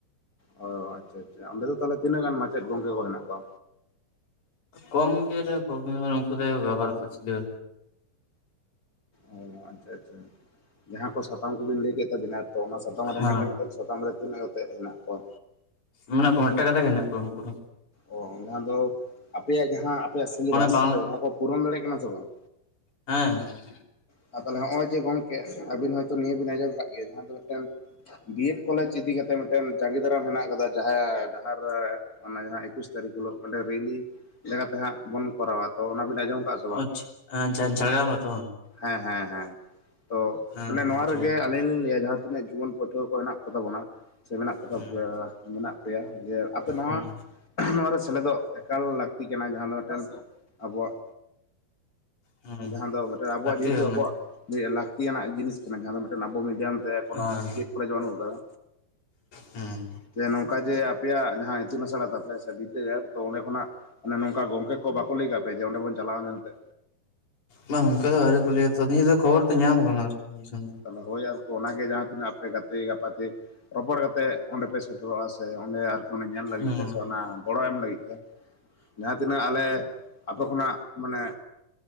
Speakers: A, on the left; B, on the left.
A: ᱚ ᱟᱪᱪᱷᱟ ᱟᱪᱪᱷᱟ ᱚᱸᱰᱮ ᱫᱚ ᱛᱟᱦᱚᱞᱮ ᱛᱤᱱᱟᱹᱜ ᱜᱟᱱ ᱢᱟᱪᱮᱫ ᱜᱚᱝᱠᱮ ᱠᱚ ᱦᱮᱱᱟᱜ ᱠᱚᱣᱟ?
B: ᱠᱚᱢ ᱜᱮ ᱨᱮ ᱠᱚᱢ ᱜᱮ ᱩᱱᱠᱩ ᱫᱚ <unintelligible>
A: ᱚ ᱟᱪᱪᱷᱟ ᱟᱪᱪᱷᱟ ᱡᱟᱦᱟᱸ ᱠᱚ ᱥᱟᱛᱟᱢ ᱠᱚᱵᱤᱱ ᱞᱟᱹᱭ ᱠᱮᱫ ᱛᱟᱵᱤᱱᱟ ᱥᱨ ᱛᱚ ᱚᱱᱟ ᱥᱟᱛᱟᱢ
B: ᱦᱮᱸ
A: ᱨᱮ ᱢᱮᱴᱮᱱ ᱥᱟᱛᱟᱢ ᱨᱮ ᱛᱤᱱᱟᱹᱜ ᱠ ᱠᱟᱛᱮ ᱦᱮᱱᱟᱜ ᱠᱚᱣᱟ?
B: ᱢᱮᱱᱟᱜ ᱠᱚᱣᱟ ᱢᱤᱫᱴᱮᱱ ᱠᱟᱛᱮ ᱜᱮ ᱦᱮᱱᱟᱜ ᱠᱚᱣᱟ ᱩᱱᱠᱩ ᱫᱚ᱾
A: ᱚ ᱡᱟᱦᱟᱸ ᱫᱚ ᱟᱯᱮᱭᱟᱜ ᱡᱟᱦᱟᱸ ᱟᱯᱮᱭᱟᱜ ᱥᱤᱞᱮᱵᱟᱥ
B: ᱢᱟᱱᱮ ᱵᱟᱝᱞᱟ
A: ᱛᱚ ᱚᱱᱟ ᱠᱚ ᱯᱩᱨᱚᱱ ᱫᱟᱲᱮᱭᱟᱜ ᱠᱟᱱᱟ ᱥᱮ ᱵᱟᱝ?
B: ᱦᱮᱸ ᱦᱮᱸ᱾
A: ᱟᱨ ᱛᱟᱦᱚᱞᱮ ᱦᱚᱸᱜ-ᱚᱭ ᱡᱮ ᱜᱚᱝᱠᱮ ᱟᱵᱤᱱ ᱦᱚᱭᱛᱚ ᱱᱤᱭᱟᱹ ᱵᱤᱱ ᱟᱸᱡᱚᱢ ᱠᱟᱜ ᱜᱮᱭᱟ ᱡᱟᱦᱟᱸ ᱫᱚ ᱢᱤᱫᱴᱮᱱ ᱵᱤᱮᱰ ᱠᱚᱞᱮᱡᱽ ᱤᱫᱤᱠᱟᱛᱮᱜ ᱢᱤᱫᱴᱮᱱ ᱡᱟᱸᱜᱮ ᱫᱟᱨᱟᱢ ᱦᱮᱱᱟᱜ ᱟᱠᱟᱫᱟ ᱡᱟᱦᱟᱸ ᱰᱟᱦᱟᱨ ᱨᱮ ᱚᱱᱟ ᱡᱟᱦᱟᱸ ᱮᱠᱩᱥ ᱛᱟᱹᱨᱤᱠᱷ ᱦᱤᱞᱳᱜ ᱚᱸᱰᱮ ᱨᱮᱞᱤᱤ ᱞᱮᱠᱟᱛᱮ ᱛᱮ ᱦᱟᱸᱜ ᱵᱚᱱ ᱠᱚᱨᱟᱣᱟ ᱛᱚ ᱚᱱᱟᱵᱤᱱ ᱟᱸᱡᱚᱢ ᱠᱟᱫ
B: ᱟᱪᱪᱷᱟ ᱟᱪᱪᱷᱟ ᱡᱷᱟᱲᱜᱨᱟᱢ ᱨᱮᱛᱚ ᱵᱟᱝ?
A: ᱦᱮᱸ ᱦᱮᱸ ᱦᱮᱸ ᱛᱚ
B: ᱦᱮᱸ
A: ᱢᱟᱱᱮ
B: ᱦᱮᱸ
A: ᱱᱚᱣᱟ
B: ᱟᱸᱡᱚᱢ
A: ᱨᱮᱜᱮ
B: ᱠᱟᱫᱟ
A: ᱟᱞᱤᱧ ᱞᱤᱧ ᱞᱟᱹᱭᱟ ᱡᱟᱦᱟᱸ ᱛᱤᱱᱟᱹᱜ ᱡᱩᱣᱟᱹᱱ ᱯᱟᱹᱴᱷᱩᱣᱟᱹ ᱠᱚ ᱢᱮᱱᱟᱜ ᱠᱚᱛᱟ ᱵᱚᱱᱟ ᱥᱮ ᱢᱮᱱᱟᱜ ᱠᱚᱛᱟ
B: ᱦᱮᱸ
A: ᱯᱮᱭᱟ, ᱢᱮᱱᱟᱜ ᱯᱮᱭᱟ ᱡᱮ ᱟᱯᱮ ᱱᱚᱣᱟ
B: ᱦᱮᱸ
A: ᱱᱚᱣᱟᱨᱮ ᱥᱮᱞᱮᱫᱚᱜ ᱮᱠᱟᱞ ᱞᱟᱹᱠᱛᱤ ᱠᱟᱱᱟ ᱡᱟᱦᱟᱸ ᱫᱚ ᱢᱤᱫᱴᱮᱱ ᱟᱵᱚᱣᱟᱜ,
B: ᱦᱮᱸ
A: ᱡᱟᱦᱟᱸ ᱫᱚ ᱢᱤᱫᱴᱮᱱ ᱟᱵᱚᱣᱟᱜ
B: ᱞᱟᱹᱠᱛᱤ
A: ᱡᱮᱦᱮᱛᱩ
B: ᱠᱟᱱᱟ
A: ᱟᱵᱚᱣᱟᱜ ᱞᱟᱹᱠᱛᱤᱭᱟᱱᱟᱜ ᱡᱤᱱᱤᱥ ᱠᱟᱱᱟ ᱡᱟᱦᱟᱸ ᱫᱚ ᱢᱤᱫᱴᱮᱱ ᱟᱵᱚ ᱢᱤᱰᱤᱭᱟᱢ ᱛᱮ ᱠᱳᱱᱳ
B: ᱦᱮᱸ
A: ᱵᱤ ᱮᱰ ᱠᱚᱞᱮ ᱵᱟᱹᱱᱩᱜ ᱟᱠᱟᱫᱟ᱾
B: ᱦᱮᱸ
A: ᱡᱮ ᱱᱚᱝᱠᱟ ᱡᱮ ᱟᱯᱮᱭᱟᱜ ᱡᱟᱦᱟᱸ ᱤᱛᱩᱱ ᱟᱥᱲᱟ ᱛᱟᱯᱮ ᱥᱮ ᱵᱤᱫᱽᱫᱟᱹᱜᱟᱲ ᱛᱚ ᱚᱸᱰᱮ ᱠᱷᱚᱱᱟᱜ ᱱᱚᱝᱠᱟ ᱜᱚᱝᱠᱮ ᱠᱚ ᱵᱟᱠᱚ ᱞᱟᱹᱭᱠᱟᱫ ᱯᱮᱭᱟ ᱡᱮ ᱚᱸᱰᱮ ᱵᱚᱱ ᱪᱟᱞᱟᱣ-ᱟ ᱢᱮᱱᱛᱮ?
B: ᱵᱟᱝ ᱚᱱᱠᱟ ᱫᱚ ᱟᱣᱨᱤ ᱠᱚ ᱞᱟᱹᱭᱟ ᱛᱚ <unintelligible> ᱠᱷᱚᱵᱚᱨ ᱫᱚ ᱧᱟᱢ ᱠᱟᱱᱟᱠ ᱫᱚ
A: ᱛᱟᱦᱚᱞᱮ ᱦᱳᱭ <unintelligible> ᱚᱱᱟᱜᱮ ᱡᱟᱦᱟᱸ ᱛᱤᱱᱟᱹᱜ ᱟᱯᱮ ᱜᱟᱛᱮ ᱜᱟᱯᱟᱛᱮ ᱨᱚᱯᱚᱲ ᱠᱟᱛᱮᱫ ᱚᱸᱰᱮᱯᱮ ᱥᱮᱴᱮᱨᱚᱜ-ᱟ ᱥᱮ ᱚᱸᱰᱮ <unintelligible> ᱧᱮᱞ ᱞᱟᱹᱜᱤᱫ
B: ᱦᱮᱸ
A: ᱛᱮ ᱥᱮ ᱚᱱᱟ ᱜᱚᱲᱚ ᱮᱢ ᱞᱟᱹᱜᱤᱫ ᱛᱮ ᱡᱟᱦᱟᱸ ᱛᱤᱱᱟᱹᱜ ᱟᱞᱮ ᱟᱯᱮ ᱠᱷᱚᱱᱟᱜ ᱢᱟᱱᱮ